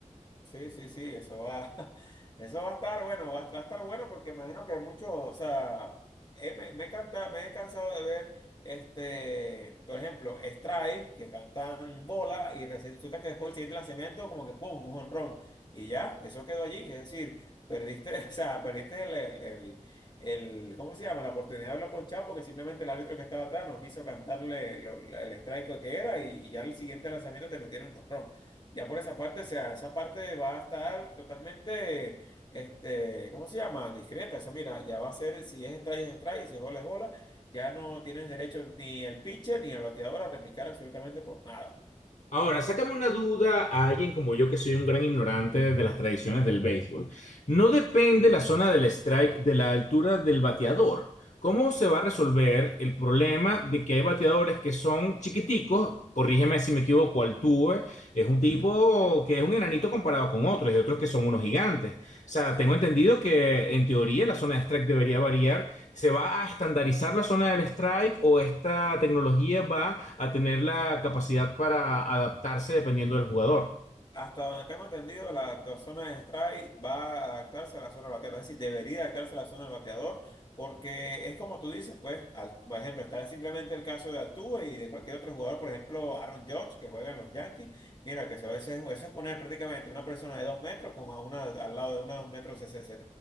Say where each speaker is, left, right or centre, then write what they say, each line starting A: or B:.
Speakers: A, on the left; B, on the left.
A: Sí, sí, sí, eso va, <laughs> eso va a estar bueno, va, va a estar bueno porque imagino que hay muchos, o sea, eh, me, me, canta- me he cansado de ver, este, por ejemplo, Strike, que cantan bola y resulta que después el siguiente lanzamiento como que pum, un jonrón y ya, eso quedó allí, es decir, perdiste, <laughs> o sea, perdiste el, el, el, el- ¿cómo se llama? La oportunidad de hablar ponchado porque simplemente el árbitro que estaba atrás no quiso cantarle lo- el strike que era y, y ya el siguiente lanzamiento te metieron un jonrón. Ya por esa parte, o sea, esa parte va a estar totalmente, este, ¿cómo se llama? Discreta. Eso, mira, ya va a ser, si es strike, es strike, y si es bola, es bola. Ya no tienes derecho ni el pitcher ni el bateador a replicar absolutamente por nada.
B: Ahora, sácame una duda a alguien como yo que soy un gran ignorante de las tradiciones del béisbol. No depende la zona del strike de la altura del bateador. ¿Cómo se va a resolver el problema de que hay bateadores que son chiquiticos? Corrígeme si me equivoco, Altuve es un tipo que es un enanito comparado con otros y otros que son unos gigantes. O sea,
A: Sí.
B: tengo entendido que en teoría la zona de strike debería variar ¿Se va a estandarizar la zona del strike o esta tecnología va a tener la capacidad para adaptarse dependiendo del jugador?
A: Hasta donde tengo entendido, la, la zona de strike va a adaptarse a la zona del bateador. Es decir, debería adaptarse a la zona del bateador porque es como tú dices, pues, al- por ejemplo, está simplemente el caso de Altuve y de cualquier otro jugador, por ejemplo, Aaron Judge, que juega en los Yankees. Mira, que se- eso es, eso es poner prácticamente una persona de dos metros con a una al lado de una de un metro sesenta y